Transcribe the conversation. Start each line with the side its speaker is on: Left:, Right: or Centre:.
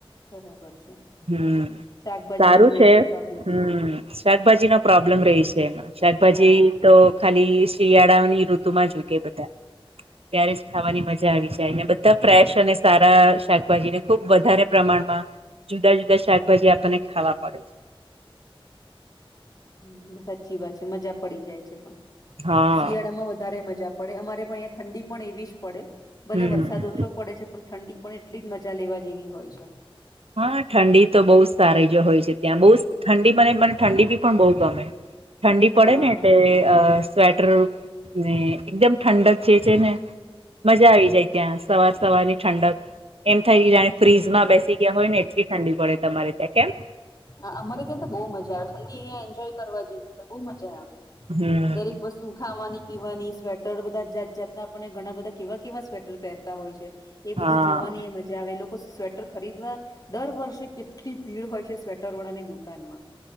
Left: બરાબર છે
Right: હમ
Left: શાકભાજી
Right: સારું
Left: નું જ મેન
Right: છે
Left: તો પ્રોબ્લેમ
Right: હમ
Left: છે.
Right: શાકભાજી નો પ્રોબ્લેમ રહીશે શાકભાજી
Left: હા
Right: તો ખાલી શિયાળાઓની ઋતુ માં જ ઉગે બધા. ત્યારે જ ખાવાની મજા આવી જાયને બધા ફ્રેશ અને સારા શાકભાજીને ખુબ વધારે પ્રમાણમાં જુદા જુદા શાકભાજી આપણને ખાવા મળે છે.
Left: હમ સાચી વાત છે મજા પડી જાય છે પણ
Right: હા
Left: શિયાળા માં વધારે મજા પડે અમારે પણ અહીંયા ઠંડી પણ એવી જ પડે
Right: હમ
Left: ભલે વરસાદ ઓછો પડે છે પણ ઠંડી પણ એટલી જ મજા લેવા જેવી હોય છે.
Right: હા ઠંડી તો બહુ જ સારેગ્ય હોય છે ત્યાં બહુજ ઠંડી મને મન ઠંડી બી પણ બહુ ગમે ઠંડી પડે
Left: હા
Right: ને એટલે અ સ્વેટર ને એકદમ ઠંડક છેચેને મજા આઈ જાય ત્યાં સવાર સવાર ની ઠંડક એમ થાય જાણે ફ્રીજ માં બેસી ત્યાં હોય ને એટલી ઠંડી ડી પડે તમારે ત્યાં કેમ?
Left: હા અમારે ત્યાં તો બહુ મજા આવે ઠંડી અહિયાં એન્જોય કરવા જેવી હોય બહુ મજા આવે.
Right: હમ
Left: દરેક વસ્તુ ખાવાની પીવાની સ્વેટર બધા જાત જાતના ઘણા બધા કેવા કેવા સ્વેટર પહેરતા હોય છે એ બધું
Right: હા
Left: જોવાની એ મજા આવે એ લોકો સ્વે ટર ખરીદવા દર વર્ષે કેટલી ભીડ હોય છે સ્વેટર વળાની દુકાનમાં.